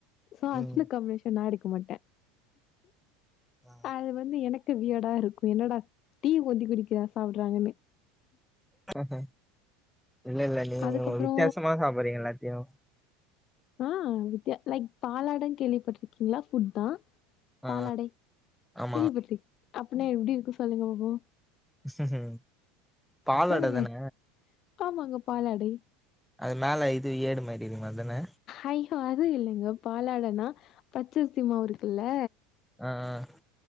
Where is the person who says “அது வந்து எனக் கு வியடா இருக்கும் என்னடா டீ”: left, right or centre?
Left